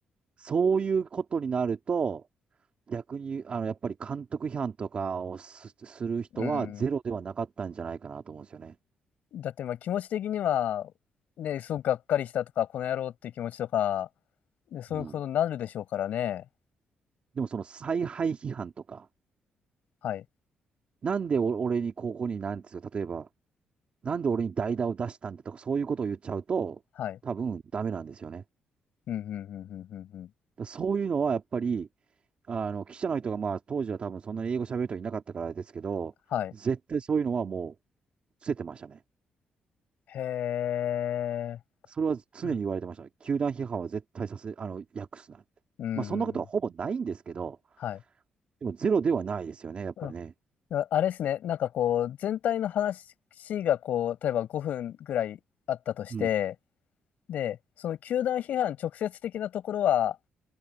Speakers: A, on the right (about 40°); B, on the left (about 65°).
A: そういうことになると、逆に、あの、やっぱり監督批判とかをす、する人はゼロではなかったんじゃないかなと思うんですよね。
B: うん。だって、まあ気持ち的には、ね、すごくがっかりしたとか、この野郎っていう気持ちとか、で、そういうことになるでしょうからね。
A: うん。でもその采配批判とか、
B: はい、
A: なんでお俺にここになんですよ、例えば、なんで俺に代打を出したんだとか、そういうことを言っちゃうと、
B: はい。
A: 多分ダメなんですよね。だか
B: うん、うん、うん、うん、うん、うん。
A: らそういうのはやっぱり、あの、記者の人がまあ当時は多分そんなに英語喋る人いなかったからですけど、
B: はい。
A: 絶対そういうのはもう伏せてましたね。
B: へえ。
A: それは常に言われてました。
B: うん。
A: 球団批判は絶対させ、あの、訳すなって。
B: うんうん。
A: まあ、そんなことはほぼないんですけど、
B: はい。
A: でもゼロではないですよね、やっぱりね。
B: うん。ああれですね。なんかこう、全体の話がこう、例えば5分ぐらいあったとして、
A: うん。
B: で、その球団批判直接的なところは、